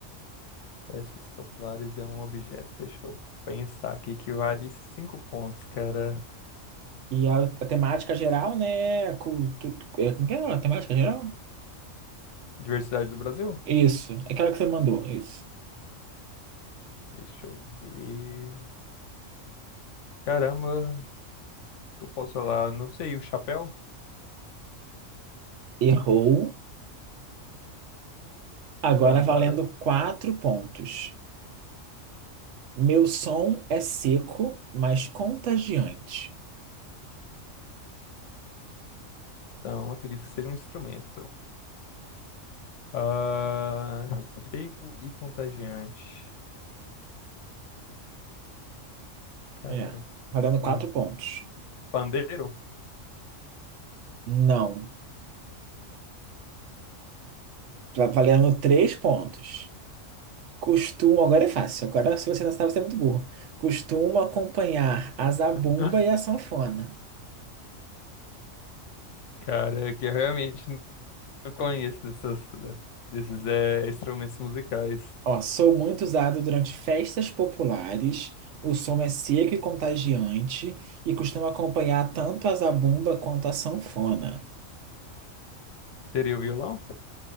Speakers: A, on the left; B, on the right.
A: Peças populares é um objeto. Deixa eu pensar aqui que vale cinco pontos, cara.
B: E a, a temática geral, né? é cultu- é, Como é que é a temática geral?
A: Diversidade do Brasil?
B: Isso, aquela que você mandou, isso.
A: Deixa eu ver. Caramba, o que eu posso falar? Não sei, o chapéu?
B: Errou. Agora
A: Então, bora.
B: valendo quatro pontos. Meu som é seco, mas contagiante.
A: Então, acredito que seja um instrumento. Ah, seco e contagiante. Caramba.
B: É, valendo
A: Um
B: quatro pontos.
A: pandeiro?
B: Não, va- valendo três pontos. Costumo, agora é fácil. Agora, se você não sabe, você é muito burro. Costumo acompanhar a zabumba
A: <gasps>
B: e a sanfona.
A: Cara, é que eu realmente não conheço dessas, desses eh, instrumentos musicais.
B: Ó, sou muito usado durante festas populares. O som é seco e contagiante e costuma acompanhar tanto a zabumba quanto a sanfona.
A: Seria o violão?